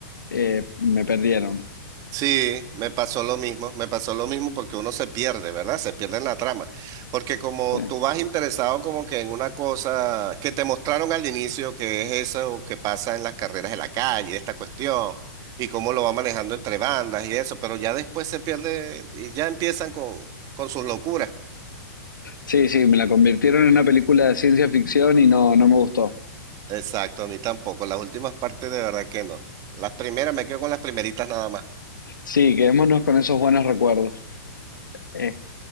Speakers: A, on the left (about 85°); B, on the right (about 35°).
A: eh, me perdieron.
B: Sí, me pasó lo mismo, me pasó lo mismo porque uno se pierde, ¿verdad? Se pierde en la trama. Porque como
A: Sí.
B: tú vas interesado como que en una cosa que te mostraron al inicio, que es eso que pasa en las carreras de la calle, esta cuestión, y cómo lo va manejando entre bandas y eso, pero ya después se pierde y ya empiezan con, con sus locuras.
A: sí, sí, me la convirtieron en una película de ciencia ficción y no, no me gustó.
B: Exacto, a mí tampoco. Las últimas partes de verdad que no. Las primeras me quedo con las primeritas nada más.
A: Sí, quedémonos con esos buenos recuerdos. Eh,